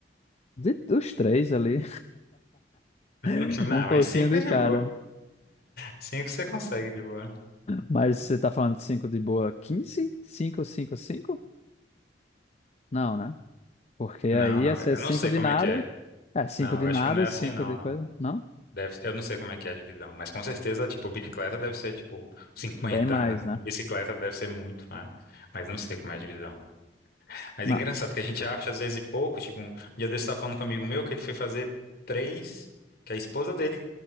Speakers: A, on the left (about 40°); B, on the left (about 60°).
A: De, dos três ali,
B: <laughs>
A: <laughs>
B: Não,
A: um pouquinho
B: mas 5
A: de
B: é de
A: cada.
B: boa. cinco você consegue de boa.
A: Mas você tá falando de 5 de boa quinze cinco cinco cinco Não, né? Porque
B: Não,
A: aí
B: não,
A: ia ser
B: eu
A: 5
B: não sei
A: de
B: como
A: nada.
B: é que é.
A: É, 5
B: Não,
A: de
B: eu
A: nada,
B: acho que não é assim,
A: 5
B: não,
A: de
B: não.
A: coisa. Não?
B: Deve, eu não sei como é que é a divisão, mas com certeza, tipo, bicicleta deve ser, tipo, cinquenta
A: Bem mais,
B: <laughs>
A: né?
B: Bicicleta deve ser muito, né? Mas não sei como é a divisão. Mas
A: Não.
B: é engraçado que a gente acha, às vezes, pouco. Tipo, um dia desse eu tava falando com um amigo meu que ele foi fazer três, que a esposa dele